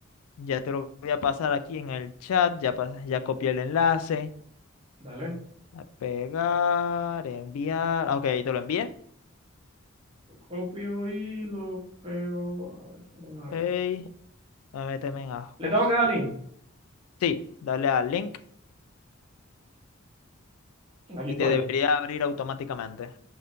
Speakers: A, on the left; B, on the right.
A: Ya te lo voy a pasar aquí en el chat. Ya, pas- ya copié el enlace.
B: Dale,
A: A pegar, enviar. Ah, Ok, ahí te lo envié.
B: lo copio y lo pego. aquí en el navegador.
A: Hey, méteme en ajuste.
B: Le tengo que dar link.
A: Sí, dale al link
B: Aquí
A: y
B: estoy.
A: te debería abrir automáticamente.